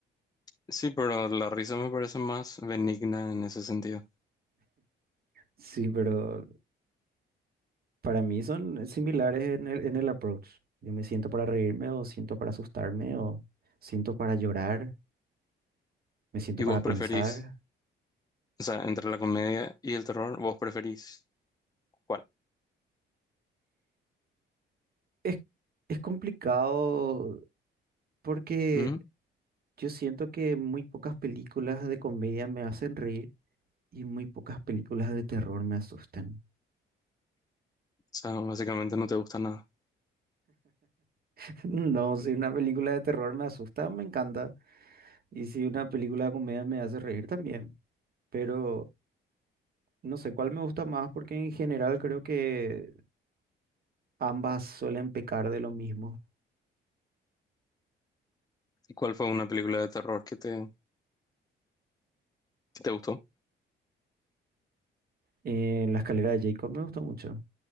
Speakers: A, on the left (about 20°); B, on the right (about 50°).
A: Sí, pero la risa me parece más benigna en ese sentido.
B: Sí, pero para mí son similares en el, en el approach. Yo me siento para reírme o siento para asustarme o siento para llorar, me siento
A: ¿Y
B: para
A: vos preferís,
B: pensar.
A: o sea, entre la comedia y el terror, vos preferís cuál?
B: Es, es complicado porque
A: ¿Mm? O
B: yo siento que muy pocas películas de comedia me hacen reír y muy pocas películas de terror me asustan.
A: sea, básicamente no te gusta nada.
B: <laughs> No, si una película de terror me asusta, me encanta. Y si una película de comedia me hace reír también. Pero no sé cuál me gusta más porque en general creo que ambas suelen pecar de lo mismo.
A: ¿Y cuál fue una película de terror que te, que te gustó?
B: En La escalera de Jacob me gusta mucho.